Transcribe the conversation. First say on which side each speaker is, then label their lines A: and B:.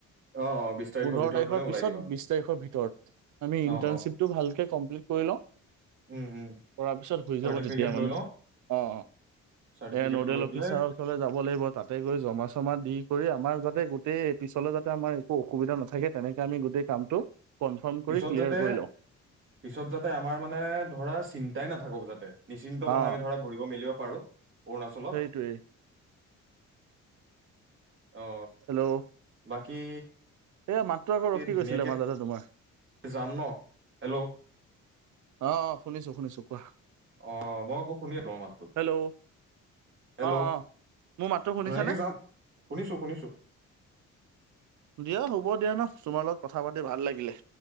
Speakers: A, on the right (about 40°); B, on the right (about 75°).
A: অ অ বিশ
B: পোন্ধৰ
A: ভিতৰত
B: তাৰিখৰ
A: মানে ওলাই
B: পিছত
A: দিম আমি
B: বিশ তাৰিখৰ ভিতৰত আমি
A: অ
B: ইণ্টাৰ্ণশ্বিপটো
A: অ
B: ভালকে কমপ্লিট কৰি লওঁ
A: উম উম
B: কৰাৰ পিছত শুই
A: চাৰ্টিফিকেট
B: যাব তেতিয়া মানে
A: লৈ লওঁ
B: অ অ
A: চাৰ্টিফিকেটটো
B: এ নডেল
A: লৈ
B: অফিচাৰৰ
A: পেলাই
B: ওচৰলৈ যাব লাগিব তাতে গৈ জমা চমা দি কৰি আমাৰ যাতে গোটেই পিছলে যাতে আমাৰ একো অসুবিধা নাথাকে তেনেকে আমি গোটেই কামটো কনফাৰ্ম কৰি
A: পিছত
B: ক্লিয়াৰ
A: পিছত
B: কৰি লওঁ
A: যাতে আমাৰ মানে ধৰা চিন্তাই নাথাকক যাতে নিচিন্ত মনে
B: অ
A: আমি ধৰা কৰিব মেলিব পাৰো অৰুণাচলত
B: সেইটোৱেই
A: অ
B: হেল্ল'
A: বাকী
B: এ মাতটো আকৌ ৰখি
A: ধুনীয়াকে
B: গৈছিলে মাজতে তোমাৰ
A: যাম ন হেল্ল'
B: অ অ শুনিছো শুনিছো কোৱা
A: অ মই আকৌ শুনিয়েই তৰ মাততো
B: হেল্ল' অ',
A: হেল্ল'
B: অ', মোৰ মাতটো শুনিছানে?
A: ধুনীয়াকে যাম শুনিছো শুনিছো
B: দিয়া হ'ব দিয়া ন তোমাৰ লগত কথা পাতি ভাল লাগিলে